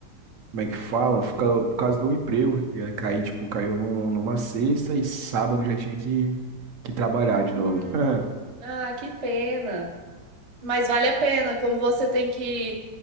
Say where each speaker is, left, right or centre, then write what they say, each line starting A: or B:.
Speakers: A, on the right; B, on the right.
A: Como é que fala? Fica, por causa do emprego. Ia cair, tipo, caiu num- numa sexta e sábado já tinha que, que trabalhar
B: Hum,
A: de novo. <laughs> É.
B: ah, que pena. Mas vale a pena, como você tem que,